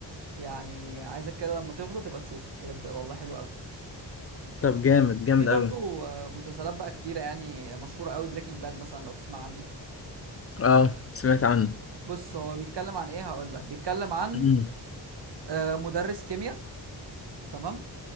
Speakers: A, on the right (about 65°); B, on the left (about 35°).
A: يعني عايزك كده لما تفضى تبقى تشوفه بجد والله حلو قوي
B: طب جامد جامد
A: في برضو
B: قوي
A: آه، مسلسلات بقى كتيره يعني مشهوره قوي بريكنج باد مثلا لو تسمع عنه
B: اه سمعت عنه
A: بص هو بيتكلم عن ايه هقول لك بيتكلم عن
B: مم.
A: آه، مدرس كيمياء تمام